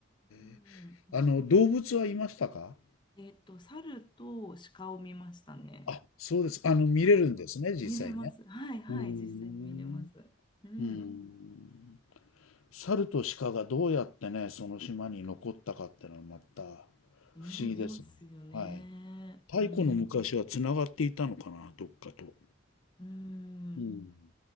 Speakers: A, on the left; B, on the left.
A: うん。
B: え。あの、動物はいましたか
A: えっと、猿と鹿を見ましたね。
B: あ、そうです。あの、見れるんですね、
A: はい。
B: 実際ね。
A: 見れます。はいはい、
B: うーん。
A: 実際に見れます。うん。
B: うーん。猿と鹿がどうやってね、その島に残ったかってのはまた不思
A: 気になりますよね。
B: 議ですね。はい。太古の昔はつながっていたのかな、
A: うん。
B: どっかと。
A: うん。
B: うん。